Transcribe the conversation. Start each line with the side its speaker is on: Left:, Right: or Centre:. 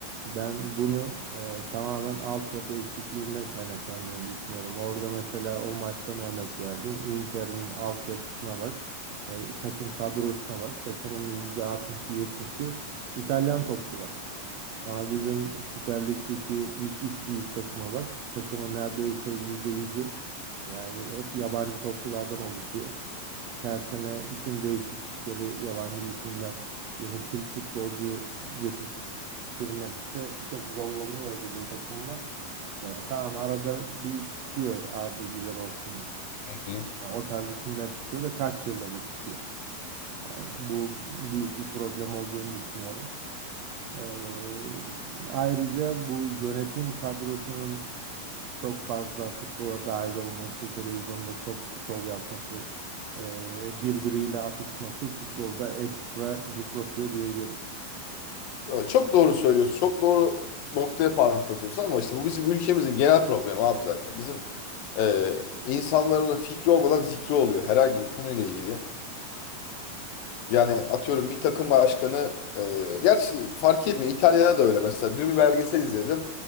Right: Ben bunu e, tamamen altyapı eksikliğinden kaynaklandığını düşünüyorum. Orada mesela o maçtan örnek verdin. Inter'in altyapısına bak. e, takım kadrosuna bak. Takımın %60'ı 70'i İtalyan topçular. Ama bizim Süper Lig'deki ilk üç büyük takıma bak. Takımın neredeyse yüzde yüzü yani hep yabancı topçulardan oluşuyor. Her sene isim değişiklikleri, yabancı isimler, yeni Türk futbolcu yetiştirmekte çok zorlanıyor bizim takımlar. E, tamam arada bir çıkıyor Arda Güler olsun.
Left: Hı.
Right: Yani o tarz isimler çıkıyor da kaç yılda bir çıkıyor. Yani bu büyük bir problem olduğunu düşünüyorum. Ee, ayrıca bu yönetim kadrosunun çok fazla futbola dahil olması, televizyonda şov, şov yapması, ee, birbiriyle atışması futbolda ekstra yıpratıyor diyebilirim.
Left: Evet, çok doğru söylüyorsun. Çok doğru noktaya parmak basıyorsun ama işte bu bizim ülkemizin genel problemi abi zaten. Bizim e, insanların da fikri olmadan zikri oluyor herhangi bir konuyla ilgili. Yani atıyorum bir takım başkanı e, gerçi fark etmiyor. İtalya'da da öyle mesela. Dün bir belgesel izledim.